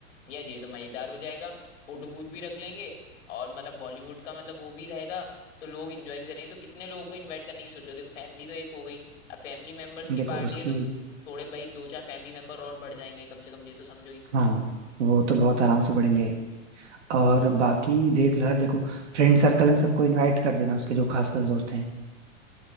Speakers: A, on the left; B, on the right.
A: या ये तो मजेदार हो जाएगा फोटो बूथ भी रख लेंगे और मतलब बॉलीवुड का मतलब वो भी रहेगा तो लोग एंजॉय भी करेंगे तो कितने लोगों को इनवाइट करने की सोचो देखो फैमिली तो एक हो गई अब फैमिली मेंबर्स की
B: देखो
A: पार्टी
B: उसकी
A: है तो थोड़े भाई दो चार फैमिली मेंबर और बढ़ जाएंगे कम से कम ये तो समझो ही
B: हाँ वो तो बहुत आराम से बढ़ेंगे और बाकी देख लो यार देखो फ्रेंड सर्कल में सबको इनवाइट कर देना उसके जो खास खास दोस्त हैं